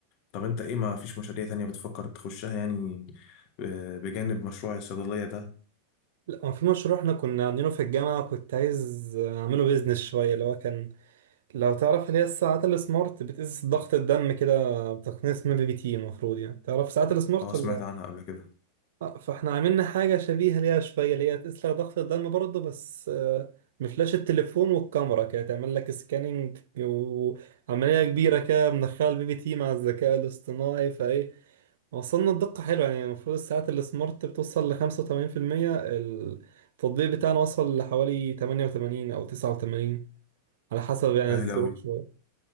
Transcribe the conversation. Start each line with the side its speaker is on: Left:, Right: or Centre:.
Left: طب انت ايه ما فيش مشاريع تانية بتفكر تخشها يعني آه، بجانب مشروع الصيدلية ده
Right: لا هو في مشروع احنا كنا عاملينه في الجامعة كنت عايز اعمله بيزنس شوية اللي هو كان لو تعرف اللي هي الساعات السمارت بتقيس ضغط الدم كده بتقنية اسمها بي بي تي المفروض يعني تعرف ساعات السمارت
Left: اه سمعت
Right: ولا
Left: عنها قبل كده
Right: آه، فاحنا عملنا حاجة شبيهة ليها شوية اللي هي تسلق ضغط الدم برضه بس آه، بفلاش التليفون والكاميرا كده تعمل لك سكاننج وعملية كبيرة كده مدخلة البي بي تي مع الذكاء الاصطناعي فايه وصلنا الدقة حلوة يعني المفروض الساعات السمارت بتوصل لخمسة وتمانين في المية التطبيق بتاعنا وصل لحوالي تمانية وتمانين أو تسعة وتمانين على حسب يعني
Left: هايل
Right: الظروف
Left: اوي
Right: شوية